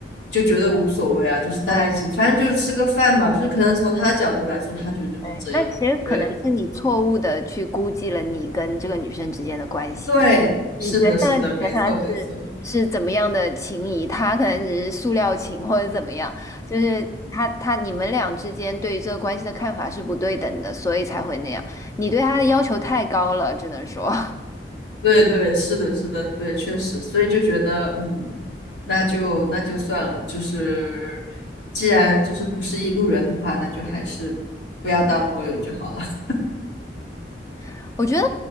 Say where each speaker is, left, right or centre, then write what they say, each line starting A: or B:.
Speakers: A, on the left; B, on the left.
A: 就觉得无所谓啊，就是大家一起，
B: 对。
A: 反正就是吃个饭嘛，就是可能从他的角度来说，他觉得就是这样，
B: 对，那其实可能是你错误的去估计了你跟这个女生之间的关系。
A: 对，对，
B: 你觉得你跟她是是怎么样的情谊？
A: 是的，是的，没错，没错。
B: 她可能只是塑料情或者怎么样，就是她她你们俩之间对于这个关系的看法是不对等的，所以才会那样。你对她的要求太高了，只能说，
A: 对对，是的，是的，对，确实，所以就觉得，嗯，那就那就算了，就是既然就是不是一路人的话，那就还是不要当朋友就好了。<laughs>
B: <laughs> 我觉得